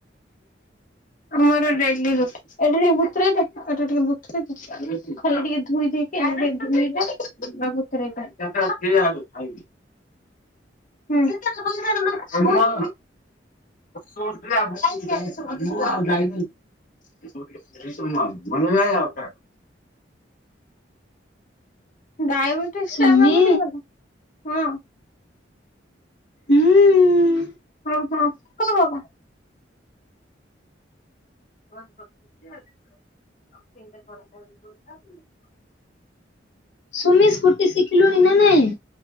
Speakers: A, on the left (about 45°); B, on the left (about 70°).
A: ଆମର ଡେଲି ରୁଟି। ଏଇଟା ଟିକେ ବୁତୁରେଇଦେ ଏଟା ଟିକେ ବୁତୁରେଇଦେ ଖାଲି ଟିକେ ଧୋଇ ଦେଇକି ଏଇଟା ଟିକେ <unintelligible> <unintelligible> ଉଠିଯାଆନ୍ତୁ ଖାଇବି। ହୁଁ <unintelligible> ହେମ <unintelligible> <unintelligible> ଡାଇବେଟିସ
B: ସୁମି
A: ଟା ଆଗ ଭୁଲିଗଲ ହଁ।
B: ହୁଁ ଉଁ।
A: ହଁହଁ କଣ ହବ? <inaudible>
B: ସୁମି ସ୍କୁୁଟି ଶିଖିଲୁଣି ନା ନାଇଁ।